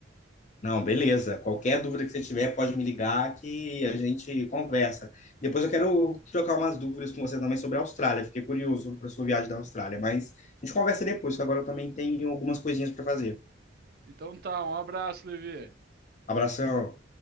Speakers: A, on the left; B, on the right.
A: Não, beleza. Qualquer dúvida que você tiver, pode me ligar que a gente conversa. Depois eu quero trocar umas dúvidas com você também sobre a Austrália. Fiquei curioso sobre a sua viagem da Austrália, mas a gente conversa depois, que agora eu também tenho algumas coisinhas para fazer.
B: Então tá, um abraço, Levi.
A: Abração.